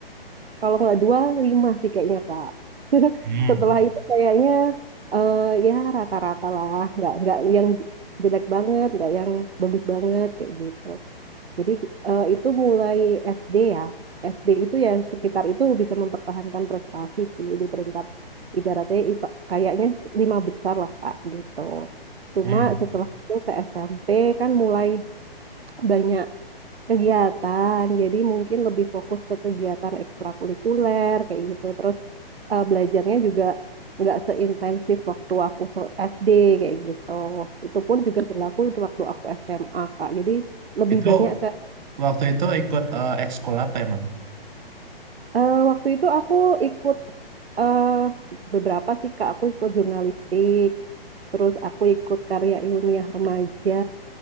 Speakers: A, on the right; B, on the right.
A: kalau nggak dua, lima sih kayaknya Kak.
B: Hmm.
A: Setelah itu kayaknya eh ya rata-rata lah, nggak nggak yang jelek banget, nggak yang bagus banget kayak gitu. Jadi eh, itu mulai SD ya. SD itu ya sekitar itu bisa mempertahankan prestasi sih di peringkat ibaratnya ipa- kayaknya lima besar lah Kak gitu. Cuma
B: Hmm.
A: setelah itu ke SMP kan mulai banyak kegiatan. Jadi mungkin lebih fokus ke kegiatan ekstrakurikuler kayak gitu. Terus eh, belajarnya juga nggak seintensif waktu aku se- SD kayak gitu. Itu pun juga berlaku untuk waktu aku SMA Kak. Jadi lebih
B: Itu
A: banyak ke
B: waktu itu ikut eh, ekskul apa emang?
A: Eh, waktu itu aku ikut eh beberapa sih Kak, aku ikut jurnalistik, terus aku ikut karya ilmiah remaja,